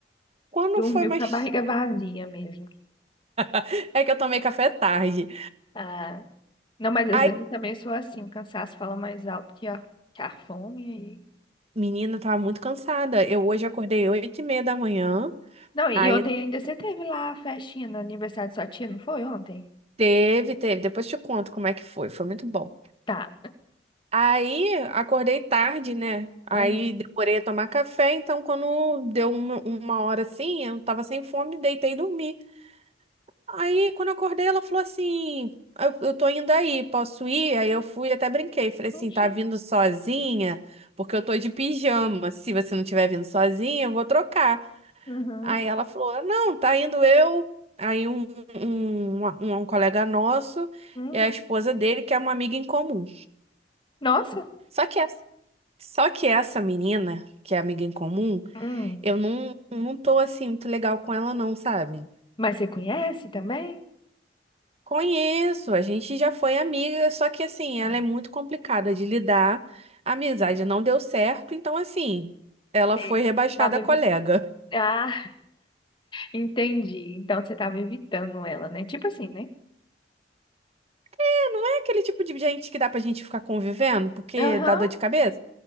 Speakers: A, on the right; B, on the left.
A: Quando
B: Dormiu
A: foi mais.
B: com a barriga vazia mesmo.
A: <laughs> É que eu tomei café tarde.
B: Ah. Não, mas às
A: Aí,
B: vezes eu também sou assim, o cansaço fala mais alto que a, que a fome. E...
A: menina, eu tava muito cansada. Eu hoje acordei oito e meia da manhã.
B: Não, e
A: Aí
B: ontem ainda você teve lá a festinha no aniversário de sua tia, não foi ontem?
A: teve, teve. Depois te conto como é que foi. Foi muito bom.
B: Tá.
A: Aí acordei tarde, né? Aí
B: Uhum.
A: demorei a tomar café, então quando deu uma, uma hora assim, eu tava sem fome, deitei e dormi. Aí quando eu acordei, ela falou assim: eu, eu tô indo aí, posso ir? Aí eu fui, e até brinquei. Falei
B: <laughs>
A: assim:
B: Oxi.
A: tá vindo sozinha? Porque eu tô de pijama. Se você não tiver vindo sozinha, eu vou trocar.
B: Uhum.
A: Aí ela falou: não, tá indo eu. Aí um, um, um um colega nosso
B: Hum.
A: e a esposa dele, que é uma amiga em comum.
B: Nossa.
A: Só que essa Só que essa menina, que é amiga em comum,
B: Hum.
A: eu não, não tô assim muito legal com ela, não, sabe?
B: Mas você conhece também?
A: Conheço, a gente já foi amiga, só que assim,
B: Ah,
A: ela é muito complicada de lidar. A amizade
B: sei.
A: não deu certo, então assim, ela
B: Sei.
A: foi rebaixada
B: Tava
A: a
B: evitando.
A: colega. <laughs>
B: Ah, Entendi. Então você tava evitando ela, né? Tipo assim, né?
A: É, não é aquele tipo de gente que dá pra gente ficar convivendo, porque
B: Aham,
A: dá dor de cabeça.